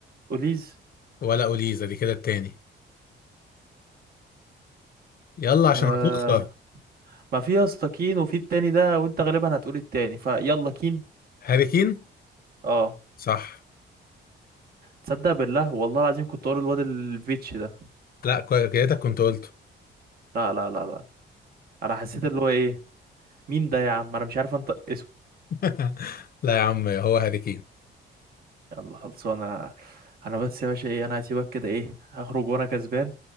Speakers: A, on the right; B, on the left.
A: أوليز
B: ولا اوليزا دي كده التاني يلا عشان
A: آه...
B: هتخسر
A: ما في يا اسطى كين وفي التاني ده وانت غالبا هتقول التاني فيلا كين
B: هاري كين
A: اه
B: صح
A: تصدق بالله والله العظيم كنت اقول الواد الفيتش ده
B: لا كوي- كده كنت قلته
A: لا لا لا لا انا حسيت اللي هو ايه مين ده يا عم انا مش عارف انطق اسمه
B: <laughs> لا يا عم هو هاري كين
A: يلا خلصانه انا انا بس يا باشا ايه انا هسيبك كده ايه هخرج وانا كسبان